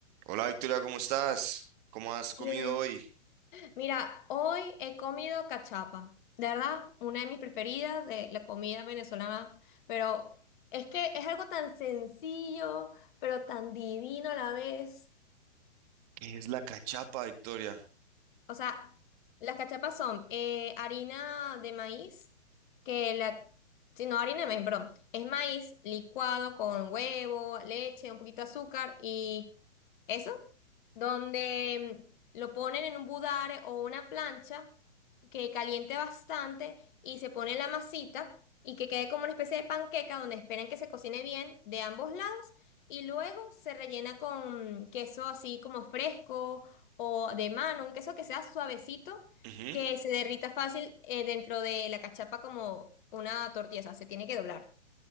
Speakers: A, on the right; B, on the left.
A: Hola Victoria, ¿cómo estás? ¿Cómo has
B: Bien.
A: comido hoy?
B: Mira, hoy he comido cachapa, de verdad, una de mis preferidas de la comida venezolana, pero es que es algo tan sencillo, pero tan divino a la vez.
A: ¿Qué es la cachapa, Victoria?
B: O sea, las cachapas son eh, harina de maíz, que la... Sí, no, harina de maíz, perdón. Es maíz licuado con huevo, leche, un poquito de azúcar y eso, donde mm, lo ponen en un budare o una plancha que caliente bastante y se pone la masita y que quede como una especie de panqueca donde esperan que se cocine bien de ambos lados y luego se rellena con queso así como fresco o de mano, un queso que sea suavecito,
A: Ujú.
B: que se derrita fácil eh, dentro de la cachapa como una tortilla, o sea, se tiene que doblar.